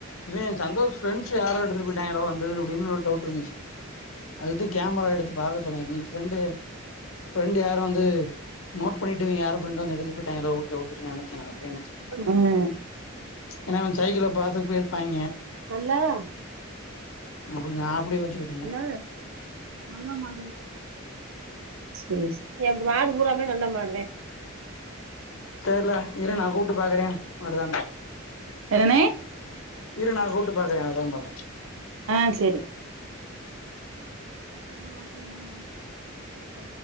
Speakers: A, on the left; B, on the right.
A: இன் சந்தோஷ் பிரஃப்ரெண்ட்ஸ் யாரோ எடுத்துட்டு போயிட்டாங்கலோ வந்து அது அப்படின்னு ஒரு டவுட் இருந்துச்சு அதுக்கு கேமரா ஏத்து பாக்க சொன்னாங்க ஃப்ரெண்டு யாரும் வந்து நோட்பன்னிட்டு யாரும் வந்து வீட்டுல விட்டுட்டு எடுத்துட்டு போயிட்டங்களோ
B: ஆஹ்
A: என் சைக்களை பா்த்தட்டு போயிருப்பாங்க
B: நல்லஹ்
A: அப்டி நா அப்டி யோசிச்சுக்கிட்டு இருந்தே
B: நல்ல நல்ல மா சரி எம் மாடு புறமே நல்ல மாடுதான்
A: சரியல இரு நான் கூப்ட்டு பாக்குறேன் வருதானு
B: சேரி என்னனே
A: இரு நான் கூட்டு பாக்கேன் வருதானு பாப்போம்
B: ஆஹ் சரி சோ மட்டினாய